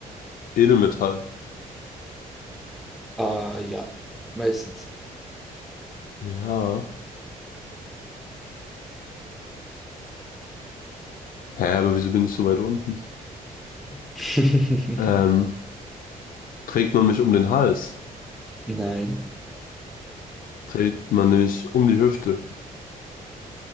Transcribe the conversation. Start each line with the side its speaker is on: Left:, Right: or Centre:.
Left: Edelmetall?
Centre: Ah, ja. Meistens.
Left: Ja. Hä, aber wieso bin ich so weit unten?
Centre: <laughs>
Left: Ähm, trägt man mich um den Hals?
Centre: Nein,
Left: Trägt man nämlich um die Hüfte?